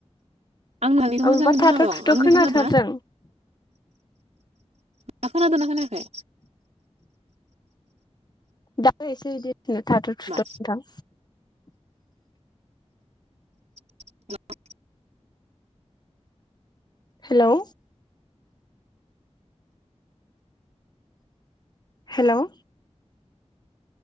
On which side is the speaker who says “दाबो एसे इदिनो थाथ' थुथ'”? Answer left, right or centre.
Left